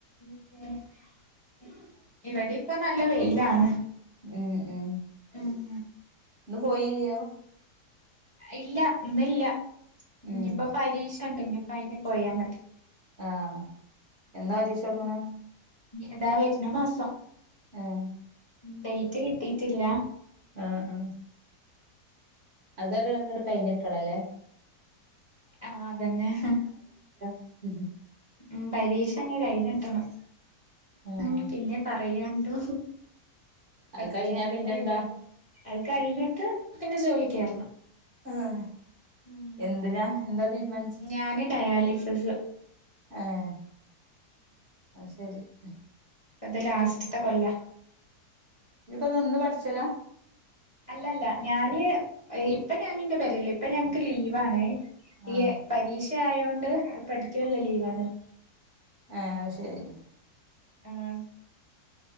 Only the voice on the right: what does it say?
ഉം ഉം
ഇന്ന് പോയില്ല്യോ
ഉം
ആഹ് എന്താ പരീക്ഷ ഇറങ്ങണ
ഉഏ
ആഹ് ആഹ് അതൊരു അങ്ങട് കഴിഞ്ഞിട്ടണല്ലേ
ഉഉഹും
ആഹ്
അത് കഴിഞ്ഞാ പിന്നെന്താ
ആഹ്
എന്തിനാ എന്താ തീരുമാനിച്ചെ
അഏ അയ്ശേരി ഫ്ച്
ഇപ്പൊന്ന് പഠിച്ചോലാ
ആഹ്
അഏ അതു ശരി